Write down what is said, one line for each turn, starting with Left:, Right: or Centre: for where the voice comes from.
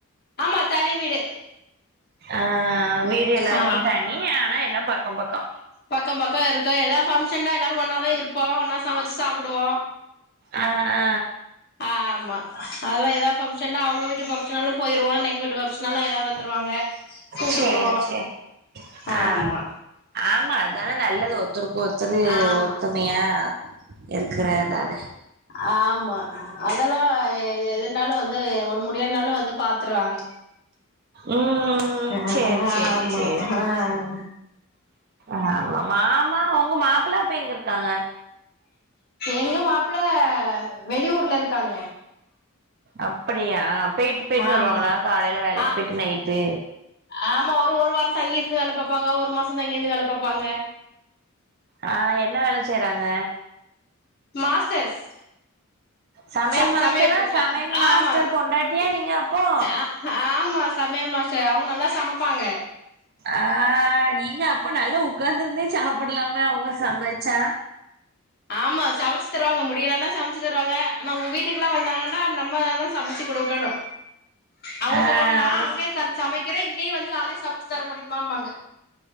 Left: ஆமா தனி வீடு
Right: ஆ வீடு எல்லாருக்கு
Left: ஆ
Right: தனி ஆனா எல்லா பக்கோ பக்கோ
Left: பக்கோ பக்கோ இருக்கோ எதா ஃபங்ஷன்னா எல்லாரு ஒன்னாதா இருப்போ ஒன்னா சமைச்சி சாப்டுவோ
Right: அ ஆ
Left: அ ஆமா அதெல்லா இதா ஃபம்ஷன்னா அவுங்க வீட்டு ஃபம்ஷன்னாலு போயிறுவோ எங்க வீட்டு ஃப்ஷன்னாலா எல்லா வந்துருவாங்க கூப்ட்டுக்குருவோ
Right: சேரி சேரி
Left: ஆமா
Right: ஆ ஆமா அதான நல்லது ஒத்தருக்கு ஒருத்தரு
Left: ஆமா
Right: ஒத்துமையா இருக்கற தான
Left: ஆமா அதெல்லா எ எ எது னாலு வந்து ஒடம் முடியல்னாலு வந்து பாத்துட்றாங்க
Right: ம்
Left: அ
Right: சேரி
Left: ஆமாமா
Right: சேரி சேரி
Left: அ
Right: ஆமா மாமா உங்க மாப்ள அப்ப எங்கருக்காங்க
Left: எங்க மாப்ள வெளியூர்ல இருக்காங்க
Right: அப்டியா போய்ட்டு போய்ட்டு
Left: ஆமா
Right: வருவாங்களா காலைல வேலைக்கு
Left: ஆ
Right: போய்ட்டு நைட்டு
Left: ஆமா ஒரு ஒரு வாரோ தங்கிருந்து வேல பாப்பாங்க ஒரு மாசோ தங்கிருந்து வேல பாப்பாங்க
Right: ஆ என்ன வேல செய்றாங்க
Left: மாஸ்டர்ஸ்
Right: சமையல்
Left: ச
Right: மாஸ்டரா
Left: சமயக்கு
Right: சமையல் மாஸ்டர்
Left: ஆமா
Right: பொண்டாட்டியா நீங்க அப்போ
Left: ஆ ஆமா சமையல் மாஸ்டர் அவுங்க நல்லா சமைப்பாங்க
Right: ஆ நீங்க அப்ப நல்லா உட்கார்ந்துருந்தே சாப்படலாமே அவங்க சமைச்சா
Left: ஆமா சமைச்சு தருவாங்க முடியலன்னா சமைச்சு தருவாங்க ஆனா உங்க வீட்டுக்குலா வந்தாங்கனா நம்ம சமைச்சு குடுக்கணு அவங்க
Right: ஆ
Left: சொல்லுவாங்க நா
Right: அவங்க
Left: அங்க சமைக்கிறே இங்கயு வந்து நானே சமைச்சு தர முடியுமாம்பாங்க